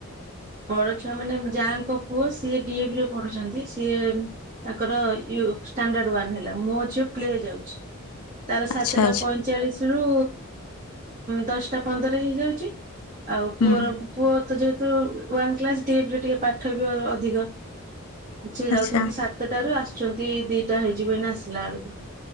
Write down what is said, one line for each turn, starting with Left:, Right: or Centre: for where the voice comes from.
Right: ବଡ ଛୁଆ ମାନେ ଯାଙ୍କ ପୁଅ ସିଏ ଡିଏ ବି ରେ ପଢୁଚନ୍ତି ସିଏ ତାଙ୍କର ୟୁ ଷ୍ଟାଣ୍ଡାଡ୍ ୱାନ୍ ହେଲା ମୋ ଝିଅ ପ୍ଲେ ଯାଉଚି। ତାର ସାତଟା
Left: ଆଚ୍ଛା ଆଚ୍ଛା
Right: ପଇଁଚାଳିଶ ରୁ ଦଶଟା ପନ୍ଦର ହେଇଯାଉଚି। ଆଉ
Left: ହୁଁ
Right: ପୁଅର ପୁଅ ତ ଯେହେତୁ ୱାନ କ୍ଳାସ୍ ଡେଭ ର ଟିକେ ପାଠ ବି ଅଧିକ। ସେ ଯାଉଚନ୍ତି
Left: ଆଚ୍ଛା
Right: ସାତଟାରୁ ଆସୁଚନ୍ତି ଦିଟା ହେଇଯିବ ଏଇନା ଆସିଲା ବେଳକୁ।